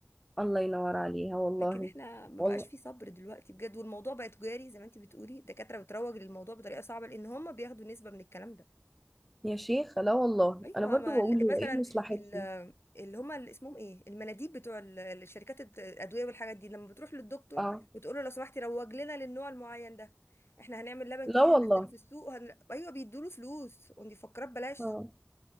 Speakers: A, in the centre; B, on the left.
A: الله ينور عليها والله
B: لكن احنا ما
A: والله
B: بقاش في صبر دلوقتي بجد والموضوع بقى تجاري زي ما انت بتقولي الدكاتره بتروج للموضوع بطريقه صعبه لان هم بياخدوا نسبه من الكلام ده
A: يا شيخ لا والله
B: ايوه
A: انا برضو
B: ما
A: بقول
B: ال-
A: هو
B: مثلا
A: ايه مصلحتي
B: ال- اللي هم اللي اسمهم ايه المناديب بتوع ال- الشركات الت- الادويه والحاجات دي لما بتروح للدكتور
A: اه
B: وتقول له لو سمحتي روج لنا للنوع المعين ده احنا هنعمل لبن
A: لا
B: جديد
A: والله
B: هننزله في السوق وهن... ايوه بيدوله فلوس ودي فكرات بلاش
A: اه